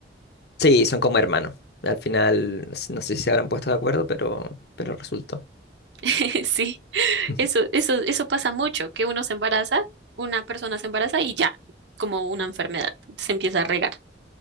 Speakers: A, on the left (about 60°); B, on the right (about 70°).
A: Sí, son como hermanos. Al final, no sé no sé si se habrán puesto de acuerdo, pero, pero resultó.
B: <laughs> Sí,
A: <laughs>
B: eso, eso, eso pasa mucho, que uno se embaraza, una persona se embaraza y ya, como una enfermedad, se empieza a regar.